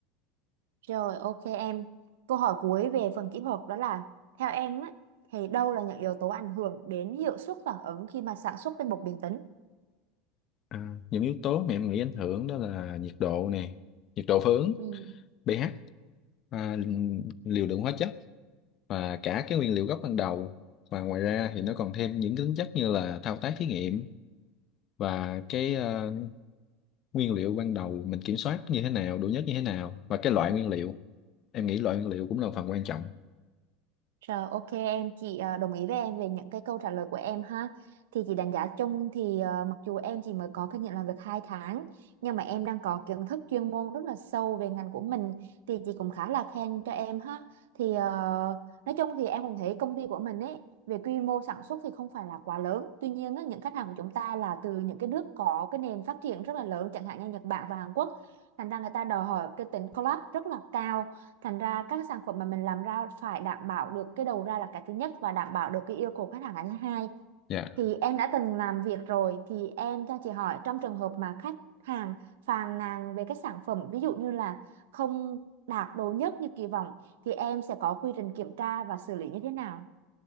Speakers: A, on the right (about 85°); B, on the left (about 45°).
A: rồi ok em. Câu hỏi cuối về phần kỹ thuật đó là theo em á thì đâu là những yếu tố ảnh hưởng đến hiệu suất phản ứng khi mà sản xuất tinh bột điện tính?
B: À, những yếu tố mà em nghĩ ảnh hưởng đó là nhiệt độ nè, nhiệt độ phướng,
A: Ừ.
B: pH, à, liều lượng hóa chất và cả cái nguyên liệu gốc ban đầu. Và ngoài ra thì nó còn thêm những cái tính chất như là thao tác thí nghiệm và cái ờ, nguyên liệu ban đầu mình kiểm soát như thế nào, độ nhất như thế nào và cái loại nguyên liệu. Em nghĩ loại nguyên liệu cũng là một phần quan trọng.
A: Rồi ok em chị ờ, đồng ý với em về những cái câu trả lời của em ha. Thì chị đánh giá chung thì ờ, mặc dù em chỉ mới có kinh nghiệm làm việc 2 tháng nhưng mà em đang có kiến thức chuyên môn rất là sâu về ngành của mình thì chị cũng khá là khen cho em ha. Thì ờ, nói chung thì em cũng thấy công ty của mình ấy về quy mô sản xuất thì không phải là quá lớn. Tuy nhiên á, những khách hàng của chúng ta là từ những cái nước có cái nền phát triển rất là lớn chẳng hạn như Nhật Bản và Hàn Quốc. Thành ra người ta đòi hỏi cái tính collab rất là cao thành ra các cái sản phẩm mà mình làm ra phải đảm bảo được cái đầu ra là cái thứ nhất và đảm bảo được cái yêu cầu khách hàng là thứ hai
B: Dạ.
A: thì em đã từng làm việc rồi thì em cho chị hỏi trong trường hợp mà khách hàng phàn nàn về cái sản phẩm ví dụ như là không đạt đồ nhất như kỳ vọng thì em sẽ có quy trình kiểm tra và xử lý như thế nào